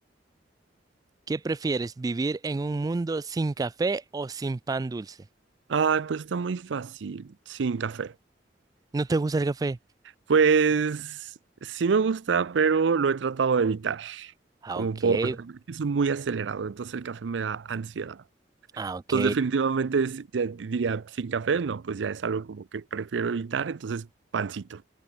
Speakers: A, on the right; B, on the right.
A: ¿qué prefieres, vivir en un mundo sin café o sin pan dulce?
B: Ay, pues está muy fácil, sin café.
A: ¿No te gusta el café?
B: Pues sí me gusta, pero lo he tratado de evitar,
A: Ah,
B: como
A: ok,
B: por... Es muy acelerado, entonces el café me da ansiedad.
A: ah, ok,
B: Pues definitivamente es- ya diría, sin café, no, pues ya es algo como que prefiero evitar, entonces pancito.